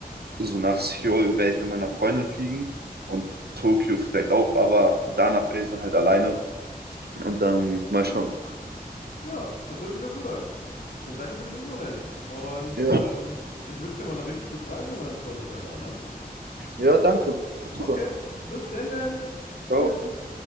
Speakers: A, on the right; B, on the left.
A: so nach Seoul werde ich mit meiner Freundin fliegen und Tokio vielleicht auch, aber danach bin ich dann halt alleine und dann mal schauen.
B: ja, das hört sich doch gut an. Dann danke für die Info, Lenny. Und
A: Ja,
B: ähm, ich wünsche dir mal eine richtig gute Reise, wenn wir uns vorher nicht mehr hören, ne?
A: ja danke. Super.
B: Okay, bis denn dann.
A: Ciao.
B: Tschüss.